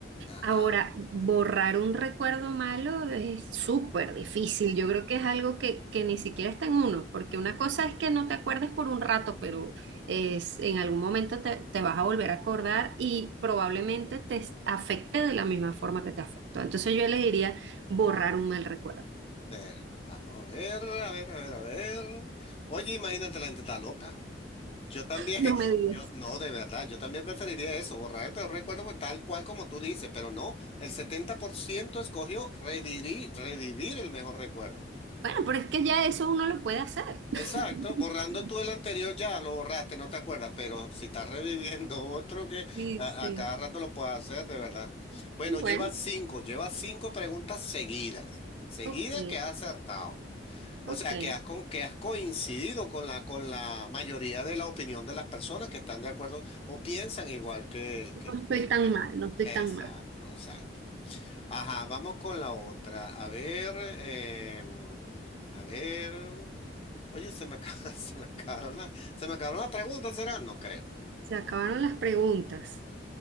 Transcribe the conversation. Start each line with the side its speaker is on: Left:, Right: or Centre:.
Left: Ajá.
Right: Ahora, borrar un recuerdo malo es súper difícil. Yo creo que es algo que, que ni siquiera está en uno, porque una cosa es que no te acuerdes por un rato, pero es, en algún momento te, te vas a volver a acordar y probablemente te s- afecte de la misma forma que te afectó. Entonces yo le diría borrar un mal recuerdo.
Left: Pero vamos a ver, a ver, a ver, a ver. Oye, imagínate, la gente está loca. Yo también,
Right: No
Left: <laughs>
Right: me digas.
Left: yo no, de verdad, yo también preferiría eso, borrar el peor recuerdo pues, tal cual como tú dices, pero no, el 70% escogió revivir, revivir el mejor recuerdo.
Right: Bueno, pero es que ya eso uno lo puede hacer.
Left: Exacto,
Right: <laughs>
Left: borrando tú el anterior ya lo borraste, no te acuerdas, pero si estás reviviendo <laughs> otro que
Right: Sí,
Left: a,
Right: sí.
Left: a cada rato lo puedes hacer, de verdad. Bueno,
Right: Bueno,
Left: lleva cinco, lleva cinco preguntas seguidas, seguidas
Right: ok,
Left: que has acertado.
Right: ok.
Left: O sea, que has, co- que has coincidido con la, con la mayoría de la opinión de las personas que están de acuerdo o piensan igual que,
Right: No
Left: que,
Right: estoy
Left: que el-
Right: tan mal, no estoy
Left: Exacto,
Right: tan mal.
Left: exacto. Ajá, vamos con la otra. A ver, eh, a ver. Oye, se me, acaba- <laughs> se me acabaron la, se me acabaron las preguntas, ¿será? No creo.
Right: Se acabaron las preguntas.